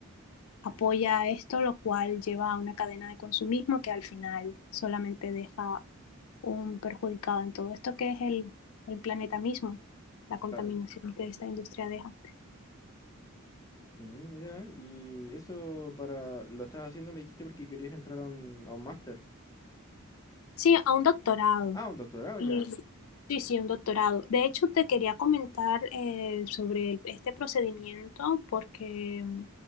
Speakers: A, on the left; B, on the left.
A: apoya esto, lo cual lleva a una cadena de consumismo que al final solamente deja un perjudicado en todo esto que es el, el planeta mismo, la contaminación
B: Claro.
A: que esta industria deja.
B: Mm, mira, y eso para... Lo estás haciendo, me dijiste, porque querías entrar a un, a un máster.
A: Sí, a un doctorado.
B: Ah, un doctorado
A: Y
B: ya.
A: sí, sí, un doctorado. De hecho, te quería comentar eh, sobre el- este procedimiento porque mm,